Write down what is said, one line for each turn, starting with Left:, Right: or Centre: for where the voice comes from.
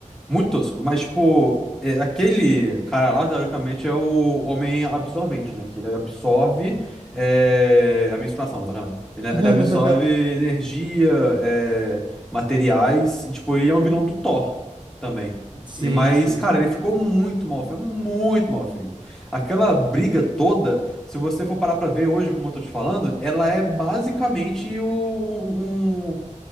Centre: Muito tosco, mas tipo, é, aquele cara lá, teoricamente, é o homem absorvente, né? Que ele absorve é, a menstruação, não, sacanagem. Ele,
Right: <laughs>
Centre: ele absorve energia, é, materiais, e tipo, ele é um vilão do Thor também.
Right: Sim,
Centre: E, mas,
Right: sim.
Centre: cara, ele ficou muito mal feito, muito mal feito. Aquela briga toda. Se você for parar pra ver hoje, como eu tô te falando, ela é basicamente o- um, um-